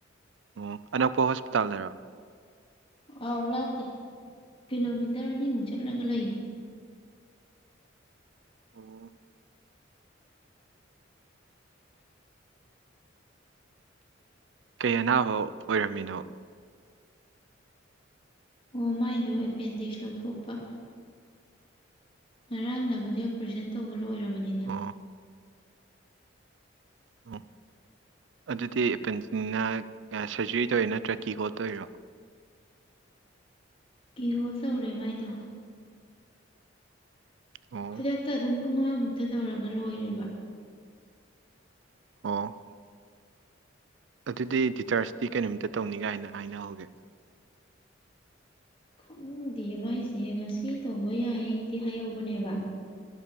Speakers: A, on the right; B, on the left.
A: ꯑꯣ ꯑꯅꯛꯄ ꯍꯣꯁꯄꯤꯇꯥꯜꯗꯔꯣ
B: ꯑꯥꯎ ꯂꯥꯞꯇꯦ ꯀꯤꯂꯣꯃꯤꯇꯔ ꯑꯅꯤꯃꯨꯛ ꯆꯠꯂꯒ ꯂꯩꯌꯦ
A: ꯑꯣ ꯀꯩ ꯑꯅꯥꯕ ꯑꯣꯏꯔꯝꯃꯤꯅꯣ
B: ꯑꯣ ꯃꯥꯏꯗꯣ ꯑꯦꯄꯦꯟꯗꯤꯛꯁ ꯂꯧꯊꯣꯛꯄ ꯉꯔꯥꯡꯅꯕꯨꯗꯤ ꯑꯣꯄ꯭ꯔꯦꯁꯟ ꯇꯧꯕ ꯂꯣꯏꯔꯕꯅꯤꯗ
A: ꯑꯣ ꯑꯣ ꯑꯗꯨꯗꯤ ꯑꯦꯄꯦꯟꯗꯤꯛꯅꯤꯅ ꯀ ꯁꯔꯖꯔꯤ ꯇꯧꯔꯤ ꯅꯠꯇ꯭ꯔ ꯀꯤ ꯍꯣꯜ ꯇꯧꯔꯤꯔꯣ
B: ꯀꯤꯍꯣꯜ ꯇꯧꯔꯦ ꯃꯥꯏꯗꯣ
A: ꯑꯣ
B: ꯈꯨꯗꯛꯇ ꯑꯗꯨꯝ ꯄꯨꯡ ꯑꯃꯃꯨꯛꯇ ꯇꯧꯔꯒ ꯂꯣꯏꯔꯦꯕ
A: ꯑꯣ ꯑꯗꯨꯗꯤ ꯇꯤꯆꯔꯁꯇꯤ ꯀꯩ ꯅꯨꯃꯤꯇ ꯇꯧꯅꯤꯒꯥꯏꯅ ꯍꯥꯏꯅꯍꯧꯒꯦ
B: ꯈꯪꯗꯤꯌꯦ ꯃꯥꯏꯁꯦ ꯉꯁꯤ ꯇꯧꯕ ꯌꯥꯏꯗꯤ ꯍꯥꯏꯍꯧꯕꯅꯦꯕ